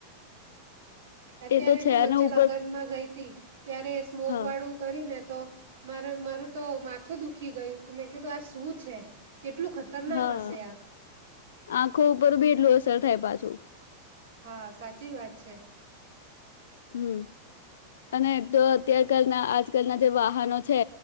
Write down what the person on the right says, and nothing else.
અત્યારે
જ હું
વચ્ચે
લગનમાં ગઈ હતી ત્યારે સ્મોક
વાળું કરી ને તો માર મારું તો માથું દુખી ગયું કે મેં કીધું આ શું છે. કેટલું ખતરનાક
હશે આ
હા સાચી વાત છે.